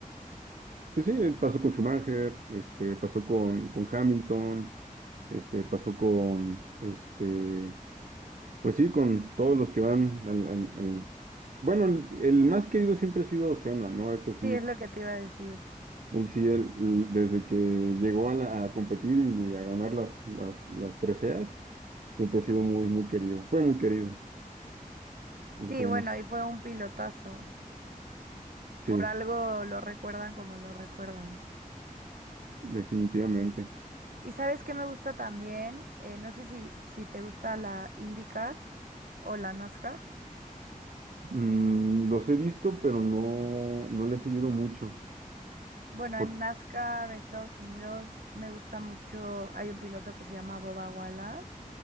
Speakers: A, on the right; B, on the right.
A: Pues sí, eh, pasó con Schumacher, este, pasó con, con Hamilton, este, pasó con, este, pues sí, con todos los que van al, al- al- Bueno, el, el más querido siempre ha sido Senna, ¿no? Ese sí,
B: Sí, es lo que te iba a decir.
A: él sí, él- él, desde que llegó a, la- a competir y a ganar las, las, las preseas Siempre ha sido muy, muy querido. Fue muy querido. el
B: Sí,
A: CN.
B: bueno, y fue un pilotazo,
A: Sí,
B: por algo lo recuerdan como lo recuerdan.
A: definitivamente.
B: ¿Y sabes qué me gusta también? Eh, no sé si, si te gusta la IndyCar o la NASCAR.
A: Mm, los he visto, pero no, no le he seguido mucho.
B: Bueno,
A: Por-
B: en NASCAR, Estados Unidos, me gusta mucho. Hay un piloto que se llama Boba Wallace